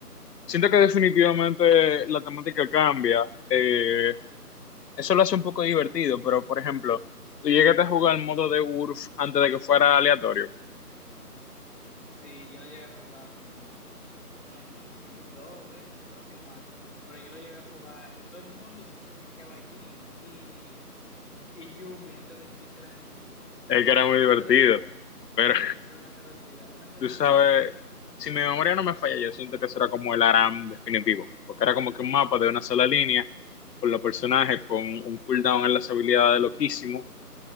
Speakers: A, on the left (about 80°); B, on the left (about 45°).
A: siento que definitivamente la temática cambia. eh, eso lo hace un poco divertido, pero por ejemplo, tú llegaste a jugar el modo de Urf antes de que fuera aleatorio,
B: Sí, yo lo llegué a jugar como, bueno, no sé si que dos veces, yo creo que más, pero yo lo llegué a jugar y todo el mundo siempre piqueaba a Jhin y, y Yumi antes de que le hicieran el rework.
A: el que era muy
B: Eso
A: divertido,
B: era,
A: pero
B: sí, eso era una carosidad, una carosidad
A: Tú sabes,
B: era eso.
A: si mi memoria no me falla, yo siento que eso era como el ARAM definitivo, porque era como que un mapa de una sola línea, con los personajes, con un cooldown en las habilidades loquísimo,